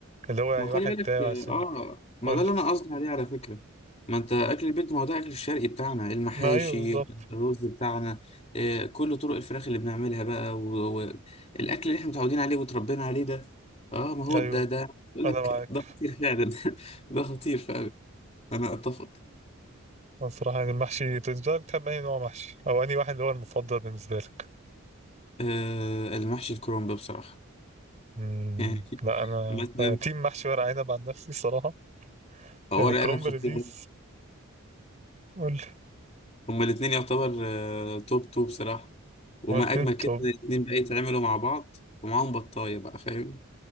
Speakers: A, on the right; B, on the left.
A: اللي هو يعني
B: ما خلي
A: واحد
B: بالك
A: تاعي عشان
B: اه ما
A: قول
B: ده
A: لي
B: اللي انا قصدي عليه على فكره ما انت اكل البيت ما هو ده اكل الشرقي بتاعنا المحاشي
A: ما ايوه بالظبط
B: الرز بتاعنا آه كل طرق الفراخ اللي بنعملها بقى والاكل اللي احنا متعودين عليه وتربينا عليه ده اه ما هو
A: ايوه
B: ده ده يقول
A: انا
B: لك
A: معاك
B: ده خطير فعلا <laughs> ده خطير فعلا انا اتفق
A: أنا الصراحه يعني المحشي انت بالنسبه لك بتحب اي نوع محشي او انهي واحد اللي هو المفضل بالنسبه لك
B: آه المحشي الكرنب بصراحه
A: امم
B: <laughs> يعني
A: لا انا
B: مثلا
A: انا تيم محشي ورق عنب عن نفسي الصراحه
B: ورق
A: يعني كرنب
B: عنب خطير
A: لذيذ
B: ده
A: قول لي
B: هما الاثنين يعتبر آه توب توب بصراحه وما
A: هما الاتنين
B: اجمل كده
A: توب
B: إن الاتنين بقى يتعملوا مع بعض ومعاهم بطاية بقى فاهم